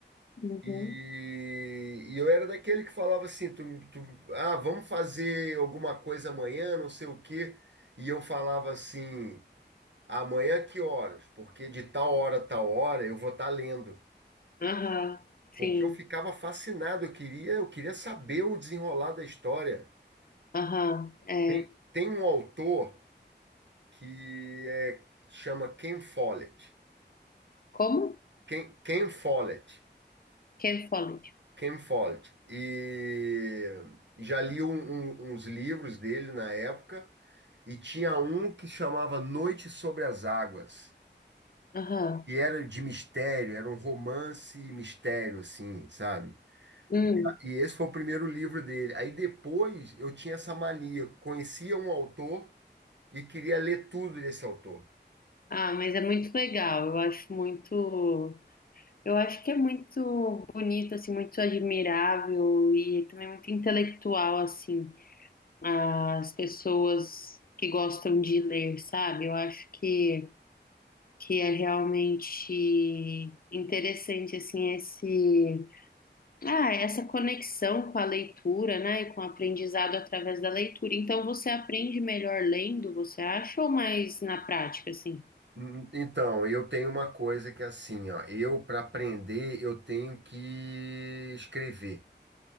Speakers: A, on the left; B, on the right.
A: Uhum.
B: e, e eu era daquele que falava assim, tu, tu- ah, vamos fazer alguma coisa amanhã, não sei o quê. E eu falava assim. Amanhã que horas? Porque de tal hora a tal hora eu vou estar lendo.
A: Aham,
B: Porque
A: sim.
B: eu ficava fascinado, eu queria, eu queria saber o desenrolar da história.
A: Aham, é.
B: Tem, tem um autor que é- chama Ken Follett.
A: Como?
B: Ken, Ken Follett.
A: Ken Follett.
B: Ken Follett. E já li um- um- uns livros dele na época, e tinha um que chamava Noite sobre as Águas,
A: Aham.
B: que era de mistério, era um romance e mistério, assim, sabe?
A: Hum.
B: E, e esse foi o primeiro livro dele. Aí depois eu tinha essa mania, conhecia um autor e queria ler tudo desse autor.
A: Ah, mas é muito legal. Eu acho muito. Eu acho que é muito bonito, assim, muito admirável e também muito intelectual, assim, as pessoas que gostam de ler, sabe? Eu acho que, que é realmente interessante, assim, esse, ah, essa conexão com a leitura, né? E com o aprendizado através da leitura. Então, você aprende melhor lendo, você acha, ou mais na prática, assim?
B: Hum, Então, eu tenho uma coisa que é assim, ó, eu para aprender eu tenho que escrever.